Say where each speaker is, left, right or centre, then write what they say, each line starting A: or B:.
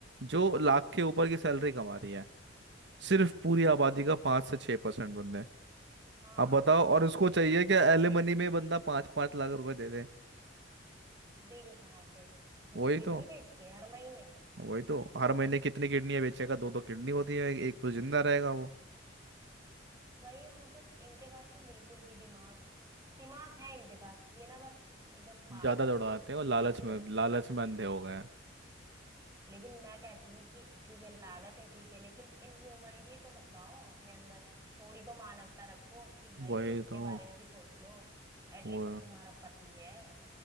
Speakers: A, on the right; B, on the right.
A: जो लाख
B: हम्म
A: के ऊपर की सैलरी कमा रही है सिर्फ पूरी आबादी का पाँच से छः परसेंट बंदे
B: हाँ
A: अब बताओ और उसको
B: तुम
A: चाहिए
B: लोग
A: कि एलिमनी में बंदा पाँच पाँच लाख रुपए दे दे
B: देगा कहाँ से अपनी
A: वही
B: किडनी
A: तो
B: बेच के हर महीने
A: वही तो हर महीने कितनी किडनियाँ बेचेगा दो दो किडनी होती है एक तो
B: <laughs>
A: जिंदा रहेगा वो
B: वही है मतलब इनके पास ना बिल्कुल भी दिमाग दिमाग है इनके पास ये ना बस एकदम पागल
A: ज्यादा
B: है
A: दौड़ाते
B: एकदम
A: हैं और लालच
B: सिर्फ
A: में लालच में अंधे हो गए हैं
B: लेकिन मैं कहती हूँ कि ठीक है लालच है ठीक है लेकिन इनह्यूमैनिटी तो मत लाओ अपने अंदर थोड़ी तो मानवता रखो कि भाई
A: वही
B: उसके
A: तो
B: बारे में भी सोच लो एटलीस्ट
A: वो
B: वो तुम्हारा पति है